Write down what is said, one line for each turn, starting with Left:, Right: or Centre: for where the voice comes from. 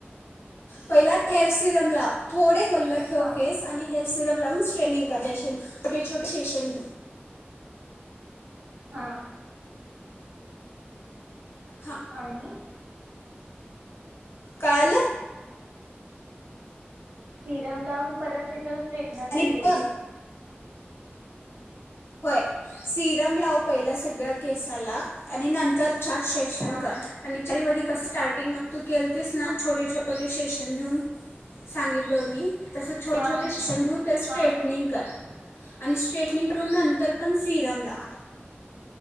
Left: पहिला हेअर सिरम लाव थोडे वल्ल ठेव
Right: हा
Left: केस आणि हे सिरम लाऊन स्ट्रेनिंग <inaudible> शेशन छोटे छोटे शेशन
Right: हा <inaudible>
Left: हां काल
Right: सिरम लावून परत त्याच्य स्ट्रेटनर
Left: आणि
Right: फिरवु
Left: बघ होय सिरम लाव पयला सगळ्या केसाला आणि नंतर चार सेशन
Right: हा
Left: कर आणि चारीमधी कस स्टार्टिंग म तू केलतेस ना छोटे छोटे सेशन घेऊन सांगितलं मी तस छो
Right: हा
Left: छोटे सेशन घेऊन तेला स्ट्रेटनिंग
Right: हा
Left: कर आणि स्ट्रेटनिंग <inaudible> नंतर पण सीरम लाव
Right: हा